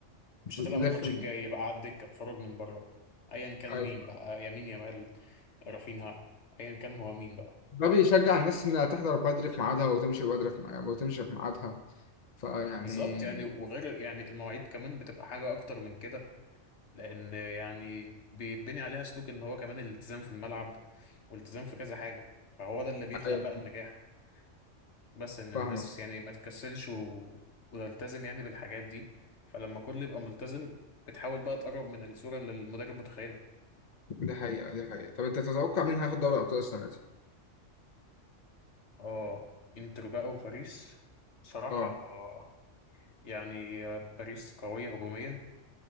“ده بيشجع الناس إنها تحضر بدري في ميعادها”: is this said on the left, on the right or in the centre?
Left